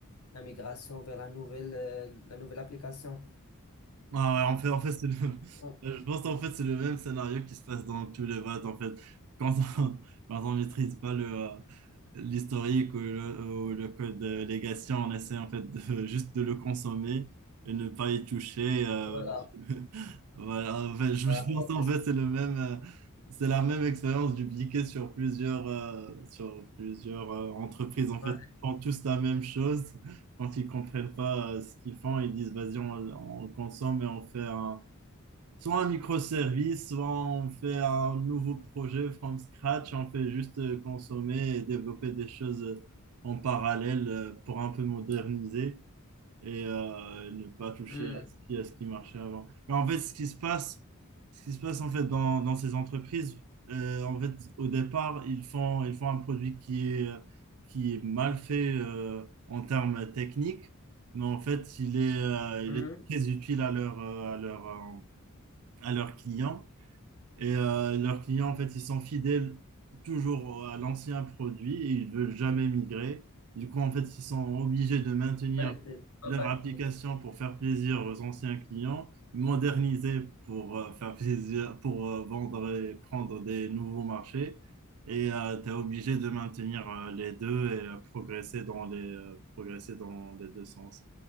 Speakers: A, on the left; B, on the right.
A: la migration vers la nouvelle, euh, la nouvelle application.
B: Ah ouais, en fait, en fait, c'est le...
A: On-
B: <laughs> Je pense qu'en fait, c'est le même scénario qui se passe dans tous les votes, en fait. Quand on, <laughs> quand on maîtrise pas le, euh, l'historique ou le, ou le code de légation, on essaie en fait de, <laughs> juste de le consommer et ne pas y toucher. euh,
A: Voilà,
B: <laughs> voilà, en fait, je
A: voilà,
B: <laughs> pense
A: c'est
B: en
A: ça.
B: fait c'est le même, euh, c'est la même expérience dupliquée sur plusieurs, euh, sur plusieurs euh, entreprises. En fait,
A: Ouais.
B: ils font tous la même chose. Quand ils comprennent pas euh, ce qu'ils font, ils disent vas-y, on, on consomme et on fait un soit un microservice, soit on fait un nouveau projet from scratch, on fait juste euh, consommer et développer des choses euh, en parallèle euh, pour un peu moderniser et euh, ne pas toucher
A: Hmm,
B: à ce qui, à ce qui marchait avant. Mais en fait, ce qui se passe, ce qui se passe en fait dans, dans ces entreprises, euh, en fait, au départ, ils font, ils font un produit qui est, euh, qui est mal fait euh, en termes techniques, mais en fait, il est, euh,
A: hmm.
B: il est très utile à leur, euh, à leur, euh, à leurs clients. Et euh, leurs clients, en fait, ils sont fidèles toujours à l'ancien produit et ils veulent jamais migrer. Du coup, en fait, ils sont obligés de maintenir
A: Ouais, c'est pas
B: leur
A: facile.
B: application pour faire plaisir aux anciens clients, moderniser pour euh, faire plaisir, pour euh, vendre et prendre des nouveaux marchés. Et tu es obligé de maintenir euh, les deux et euh, progresser dans les, euh, progresser dans les deux sens.